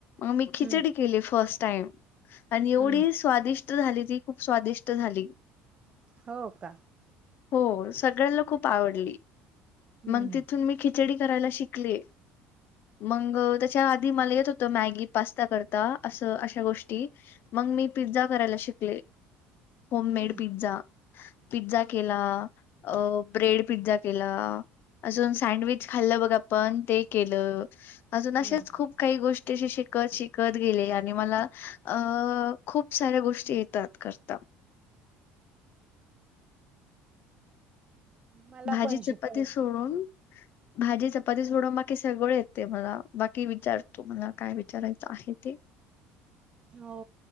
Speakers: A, on the left; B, on the right.
A: मग मी खिचडी
B: हम्म
A: केली फर्स्ट टाइम. आणि एवढी
B: हम्म
A: स्वादिष्ट झाली. ती खूप स्वादिष्ट झाली.
B: हो का?
A: हो सगळ्यांला खूप आवडली.
B: हम्म
A: मग तिथून मी खिचडी करायला शिकली. मग त्याच्या आधी मला येत होतं मॅगी पास्ता करता असं अशा गोष्टी मग मी पिझ्झा करायला शिकले होम मेड
B: हम्म
A: पिझ्झा पिझ्झा केला. अ ब्रेड पिझ्झा केला. अजून सँडविच खाल्लं बघा. पण ते केलं. अजून असेच
B: हम्म
A: खूप काही गोष्टीे, अशे शिकत - शिकत गेले. आणि मला अ खूप साऱ्या गोष्टी येतात, करता.
B: मला
A: भाजी
B: पण
A: -
B: शिकव
A: चपाती सोडून भाजी- चपाती सोडून, बाकी सगळं येतेय मला. बाकी विचार तू मला, काय? विचारायचं आहे ते.
B: हो.